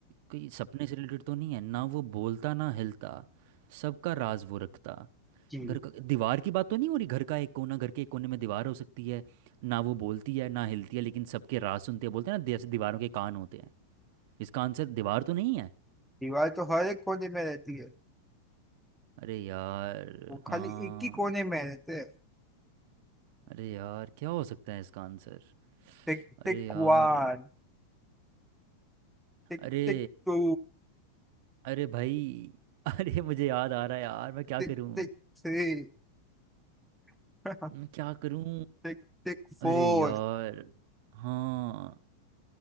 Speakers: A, on the right; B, in the centre.
A: कोई सपने से रिलेटेड तो नहीं है ना वो बोलता ना हिलता सबका राज वो रखता
B: जी
A: घर का दीवार की बात तो नहीं हो रही घर का एक कोना घर के एक कोने में दीवार हो सकती है ना वो बोलती है ना हिलती है लेकिन सबके राज सुनते हैं बोलते हैं ना जैसे दीवारों के कान होते हैं इसका आंसर दीवार तो नहीं है
B: दीवार तो हर एक कोने में रहती है
A: अरे यार
B: वो खाली
A: हाँ
B: एक ही कोने में रहते हैं
A: अरे यार क्या हो सकता है इसका आंसर
B: Tick tick
A: अरे यार
B: one Tick
A: अरे
B: tick two
A: अरे भाई <laughs> अरे मुझे याद आ रहा है यार मैं क्या
B: Tick
A: करूं
B: tick three <laughs>
A: मैं क्या करूं
B: Tick tick four
A: अरे यार हाँ